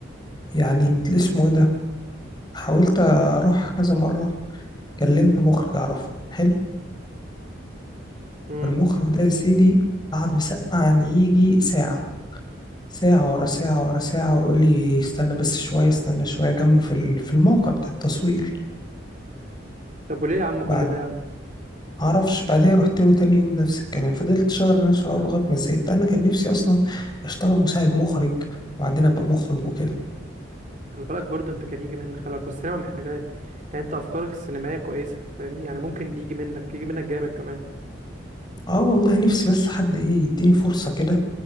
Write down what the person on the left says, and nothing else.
يعني انت اسمه ايه ده حاولت أروح كذا مرة كلمت مخرج أعرفه حلو
المخرج ده يا سيدي قعد مسقعني يجي ساعة ساعة ورا ساعة ورا ساعة ويقول لي استنى بس شوية استنى شوية جنبه في ال- في الموقع بتاع التصوير
بعد
معرفش بعدين رحت له تاني يوم نفس الكلام فضلت شهر نفس الحوار لغاية ما زهقت أنا كان نفسي أصلا أشتغل مساعد مخرج وبعدين أبقى مخرج وكده
أه والله نفسي بس حد إيه يديني فرصة كده